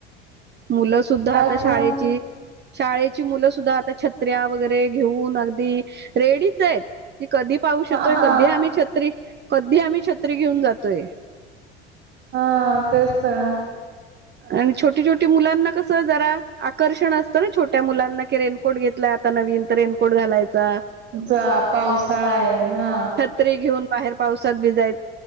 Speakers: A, on the right; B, on the right.
A: मुलं सुद्धा
B: कायच
A: आता शाळेची शाळेची मुलं सुद्धा आता छत्र्या वगैरे घेऊन अगदी रेडीच आहेत की कधी पाऊू श
B: हा
A: येतोय
B: हा.
A: कधी आम्ही छत्री कधी आम्ही छत्री घेऊन जातोय
B: हा तेचत
A: आणि छोटी छोटी मुलांना कसं जरा आकर्षण असतं ना छोट्या मुलांना कि रेनकोट घेतलाय आता नवीन तर रेनकोट घालायचा
B: जा पावसाळा आहे हा
A: त्री घेऊन बाहेर पावसात भिजाय